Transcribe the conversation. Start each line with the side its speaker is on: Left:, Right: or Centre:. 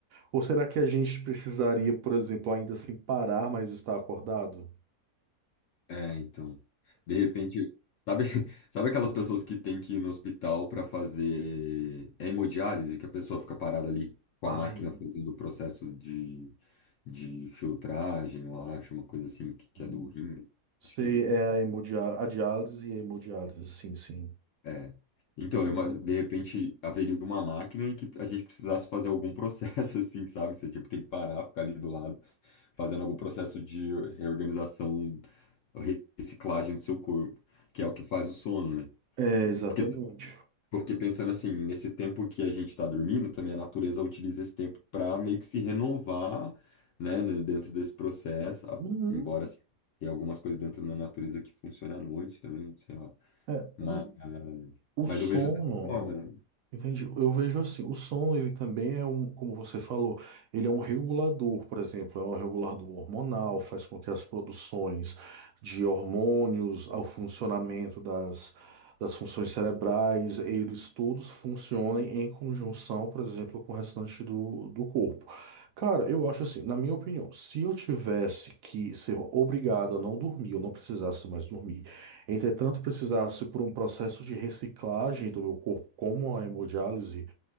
Right: Ou será que a gente precisaria, por exemplo, ainda assim parar, mas estar acordado?
Left: É, então. De repente, sabe, <laughs> sabe aquelas pessoas que têm que ir no hospital para fazer hemodiálise, que a pessoa fica parada ali com
Right: Ai,
Left: a máquina fazendo o processo de, de filtragem, eu acho, uma coisa assim, que, que
Right: hum.
Left: é do rim.
Right: sei,
Left: Acho que é do rim.
Right: é a hemodiálise, a diálise e a hemodiálise, sim, sim.
Left: É. Então,
Right: Cara.
Left: é uma- de repente, haveria uma máquina em que a gente precisasse fazer algum processo, <laughs> assim, sabe? Você, tipo, tem que parar, ficar ali do lado, fazendo algum processo de reorganização, reciclagem do seu corpo, que é o que faz o sono, né?
Right: É, exatamente.
Left: Porque eu fiquei pensando assim, nesse tempo que a gente está dormindo, também a natureza utiliza esse tempo para meio que se renovar, né, né, dentro desse processo, a-
Right: Uhum.
Left: embora assim, tenha algumas coisas dentro da natureza que funcionam à noite também, sei lá.
Right: É,
Left: Mas,
Right: o, o
Left: mas
Right: sono.
Left: eu vejo dessa forma, né?
Right: Entendi. Eu vejo assim, o som ele também é um, como você falou, ele é um regulador, por exemplo, é um regulador hormonal, faz com que as produções de hormônios, ao funcionamento das, das funções cerebrais, eles todos funcionem em conjunção, por exemplo, com o restante do, do corpo. Cara, eu acho assim, na minha opinião, se eu tivesse que ser obrigado a não dormir, eu não precisasse mais dormir, Entretanto, precisasse por um processo de reciclagem do meu corpo, como a hemodiálise,